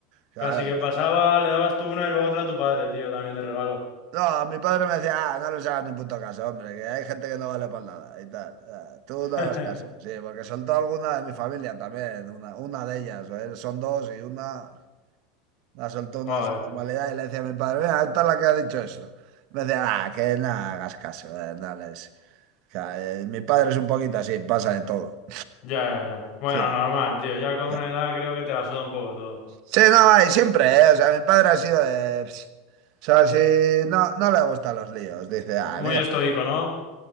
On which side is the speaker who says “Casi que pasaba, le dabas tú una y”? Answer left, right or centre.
Left